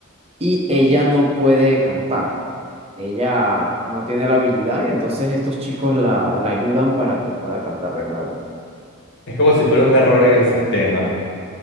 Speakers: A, on the right; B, on the left.
A: y ella no puede cantar. Ella no tiene la habilidad y entonces estos chicos la, la ayudan para que pueda cantar de nuevo.
B: Es como si fuera un error en el sistema.